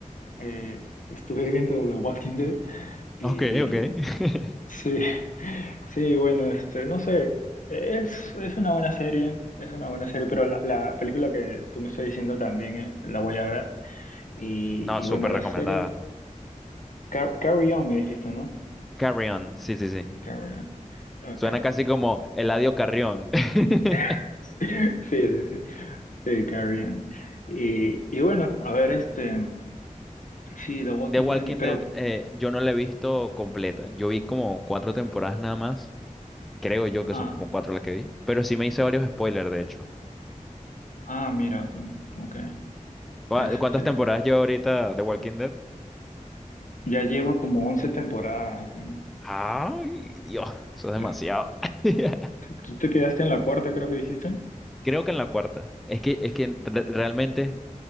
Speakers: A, on the left; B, in the centre.
A: eh, estuve viendo The Walking Dead y
B: Ok, ok. <laughs>
A: sí, <laughs> sí, bueno, este, no sé, es, es una buena serie, es una buena serie, pero la, la película que tú me estás diciendo también eh, la voy a ver y,
B: No,
A: y
B: súper
A: bueno, la
B: recomendada.
A: serie Car- Carry On me dijiste, ¿no?
B: Carry On, sí, sí, sí.
A: Carry On, ok.
B: Suena casi como Eladio Carrión. <laughs>
A: <laughs> Sí, sí, sí. Sí, Carrie Ann. Y, y bueno, a ver, este, sí, The Walking
B: The Walking
A: Dead, y- pero,
B: Dead, eh, yo no la he visto completa. Yo vi como cuatro temporadas nada más. Creo yo que
A: ah,
B: son como cuatro las que vi. Pero sí me hice varios spoilers, de hecho.
A: ah, mira tú, ok,
B: ¿Cuá-
A: este,
B: ¿Cuántas temporadas lleva ahorita The Walking Dead?
A: ya lleva como 11 temporadas. ¿no?
B: Ay, Dios, eso es demasiado.
A: Sí.
B: <laughs>
A: ¿Tú te quedaste en la cuarta, creo que dijiste?
B: Creo que en la cuarta. Es que, es que re- realmente.